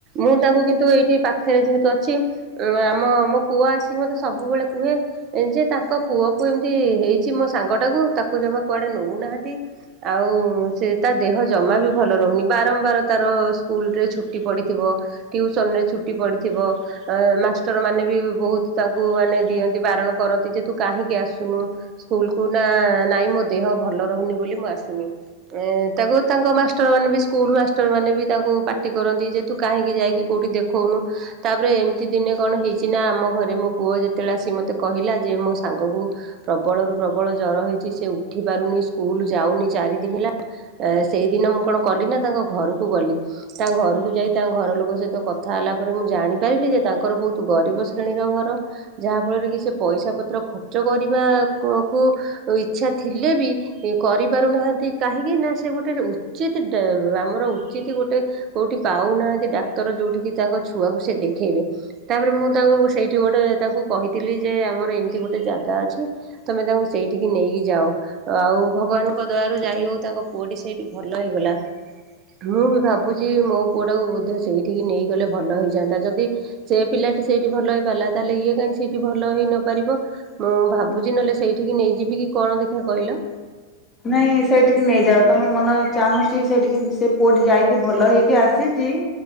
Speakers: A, on the right; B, on the left.
A: ମୁଁ ତାଙ୍କୁ କିନ୍ତୁ ଏଇଠି ପାଖରେ ଯେହେତୁ ଅଛି। ଉଁ ଆମ ମୋ ପୁଅ ଆସିକି ମତେ ସବୁବେଳେ କୁହେ ଏ ଯେ ତାଙ୍କ ପୁଅ କୁ ଏମିତି ହେଇଛି ମୋ ସାଙ୍ଗ ଟାକୁ ତାକୁ ଜମା କୁଆଡେ ନୋଉନାହାଁନ୍ତି ଆଉ ସେ ତା ଦେହ ଜମା ବି ଭଲ ରହୁନି ବାରମ୍ବାର ତାର ସ୍କୁଲରେ ଛୁଟି ପଡ଼ିଥିବ। ଟିଉସନ ରେ ଛୁଟି ପଡ଼ିଥିବ। ଅ ମାଷ୍ଟର ମାନେ ବି ବହୁତ ତାଙ୍କୁ ମାନେ ଦିଅନ୍ତି ବାରଣ କରନ୍ତି ଯେ ତୁ କାହିଁକି ଆସୁନୁ। ସ୍କୁଲ କୁ ନା ନାଇଁ ମୋ ଦେହ ଭଲ ରହୁନି ବୋଲି ମୁଁ ଆସୁନି। ଏ ତାକୁ ତାଙ୍କ ମାଷ୍ଟର ମାନେ ବି ସ୍କୁଲ ମାଷ୍ଟର ମାନେ ବି ତାଙ୍କୁ ପାର୍ଟି କରନ୍ତି ଯେ ତୁ କାହିଁକି ଯାଇକି କୋଉଠି ଦେଖ ଦେଖୋଉନୁ। ତାପରେ ଏମିତି ଦିନେ କଣ ହେଇଛି ନା ଆମ ଘରେ ମୋ ପୁଅ ଯେତେବେଳେ ଆସି ମତେ କହିଲା ଯେ ମୋ ସାଙ୍ଗକୁ ପ୍ରବଳ ରୁ ପ୍ରବଳ ଜର ହେଇଛି ସେ ଉଠି ପାରୁନି ସ୍କୁଲ ଯାଉନି ଚାରି ଦିନ ହେଲା। ଏ ସେଇଦିନ ମୁଁ କଣ କଲି ନା ତାଙ୍କ ଘରକୁ ଗଲି। ତାଙ୍କ ଘରକୁ ଯାଇ ତାଙ୍କ ଘର ଲୋକ ସହିତ କଥା ହେଲା ପରେ ମୁଁ ଜାଣିପାରିଲି ଯେ ତାଙ୍କର ବହୁତ ଗରିବ ଶ୍ରେଣୀର ଘର। ଯାହା ଫଳରେ କି ସେ ପଇସା ପତ୍ର ଖର୍ଚ୍ଚ କରିବା କୁ ଇଚ୍ଛା ଥିଲେ ବି କରି ପାରୁନାହାନ୍ତି କାହିଁକି ନା ସେ ଗୋଟେ ଉଚିତ ଆମର ଉଚିତ ଗୋଟେ କୋଉଠି ପାଉନାହାନ୍ତି ଡାକ୍ତର ଯୋଉଠି କିି ତାଙ୍କ ଛୁଆକୁ ସେ ଦେଖେଇବେ। ତାପରେ ମୁଁ ତାଙ୍କୁ ସେଇଠି ଗୋଟେ ତାଙ୍କୁ କହିଥିଲି ଯେ ଆମର ଏମିତି ଗୋଟେ ଜାଗା ଅଛି। ତମେ ତାଙ୍କୁ ସେଇଠିକି ନେଇକି ଯାଅ ଆଉ ଭଗବାନ ଙ୍କ ଦାରୁ ଯାଇ ହଉ ତାଙ୍କ ପୁଅଟି ସେଇଠି ଭଲ ହେଇଗଲା। ମୁଁ ବି ଭାବୁଛି ମୋ ପୁଅଟାକୁ ବ ସେଇଠିକି ନେଇଗଲେ ଭଲ ହେଇଯାଆନ୍ତା ଯଦି ସେ ପିଲାଟି ସେଇଠି ଭଲ ହେଇ ପାରିଲା ତାହେଲେ ଇଏ କାହିଁ ସେଇଠି ଭଲ ହେଇ ନ ପାରିବ। ମୁଁ ଭାବୁଛି ନହେଲେ ସେଇଠକି ନେଇଯିବି କି କଣ ଦେଖିବା କହିଲ।
B: ନାଇଁ ସେଇଠିକି ନେଇଯାଅ ତମ ମନ ଚାହୁଁଛି ସେଠିକି ସେ ପୁଅଟି ଯାଇକି ଭଲ ହେଇକି ଆସିଛି।